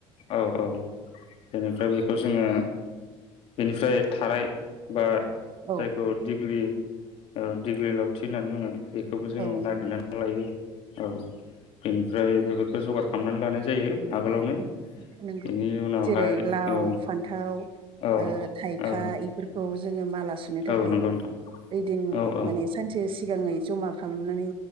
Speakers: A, on the left; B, on the right.
A: औ औ बेनिफ्राय बेखौ जोङो बेनिफ्राय थाराय बा
B: औ
A: जायखौ दिग्लि औ दिग्लि लावथि होननानै बुङो बेखौबो जोङो
B: औ नंगौ
A: नागिरनानै लायो औ बेनिफ्राय बेफोरखौ जगार खालामनानै लानाय जायो आगोलावनो
B: औ नंगौ
A: बेनि उनावहाय
B: जेरै लाव
A: औ
B: फान्थाव ओ
A: औ
B: थाइखा
A: औ
B: इफोरख जोङो माला सुनो थाखाय
A: औ नंगौ नोंथां
B: ओइदिन
A: औ औ
B: माने सानसे सि सिगाङै जमा खालामनानै